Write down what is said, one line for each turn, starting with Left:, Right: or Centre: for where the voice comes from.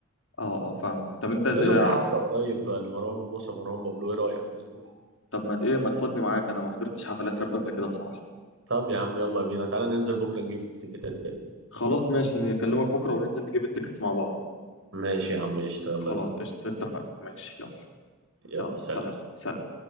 Left: أه أه فاهمك طب أنت
Right: بيقولوا
Left: آه،
Right: في حفلة قريب لمروان موسى ومروان بابلو إيه رأيك تيجي نروح؟
Left: طب ما ت- إيه ما تاخدني معاك أنا ما حضرتش حفلات راب قبل كده بصراحة
Right: طب يا عم يلا بينا تعالى ننزل بكرة نجيب التيكيتات كده
Left: خلاص ماشي نكلمك بكرة وننزل نجيب التيكتس مع بعض
Right: ماشي يا عم قشطة يلا
Left: خلاص
Right: بينا
Left: قشطة اتفقنا ماشي يلا
Right: يلا
Left: يلا
Right: سلام
Left: سلام سلام